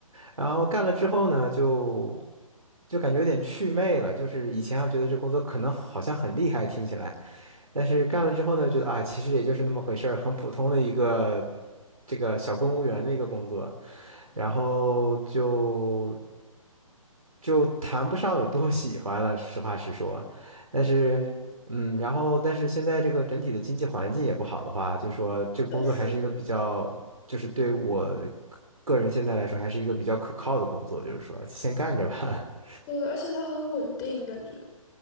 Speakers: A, on the right; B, on the left.
A: 然后干了之后呢，就就感觉有点祛魅了。就是以前要觉得这工作可能好像很厉害，听起来，但是干了之后呢，觉得啊，其实也就是那么回事儿，很普通的一个这个小公务员的一个工作。然后就。就谈不上有多喜欢了，实话实说。但是，
B: 嗯，
A: 嗯，然后但是现在这个整体的经济环境也不好的话，就说这个工作还是一个比较，
B: 确实，
A: 就是对我个个人现在来说还是一个比较可靠的工作，就是说先干着吧。<laughs>
B: 对，而且它很稳定，感觉。